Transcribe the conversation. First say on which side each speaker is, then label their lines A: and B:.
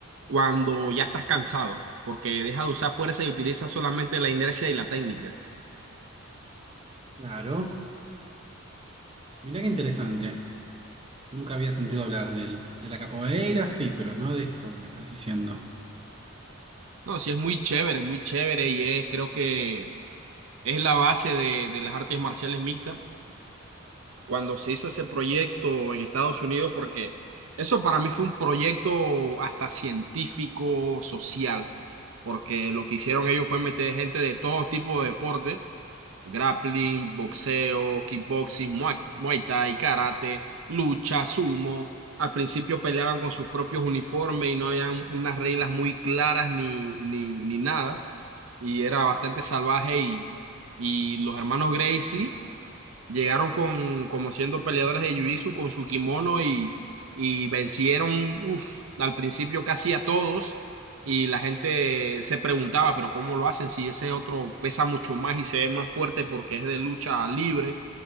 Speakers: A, on the right; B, on the right.
A: cuando ya estás cansado, porque deja de usar fuerza y utiliza solamente la inercia y la técnica.
B: claro. Mirá qué interesante. Nunca había sentido hablar del, de la capoeira, sí, pero no de esto que me estás diciendo.
A: No, sí es muy chévere, muy chévere y es, creo que es la base de, de las artes marciales mixtas. Cuando se hizo ese proyecto en Estados Unidos, porque eso para mí fue un proyecto hasta científico, social, porque lo que hicieron ellos fue meter gente de todo tipo de deportes Grappling, boxeo, kickboxing, muay, muay thai, karate, lucha, sumo. Al principio peleaban con sus propios uniformes y no habían unas reglas muy claras ni, ni, ni nada. Y era bastante salvaje y, y los hermanos Gracie Llegaron con, como siendo peleadores de Jiu-Jitsu con su kimono y, y vencieron, uf, al principio casi a todos. Y la gente se preguntaba, pero ¿cómo lo hacen? Si ese otro pesa mucho más y se ve más fuerte porque es de lucha libre.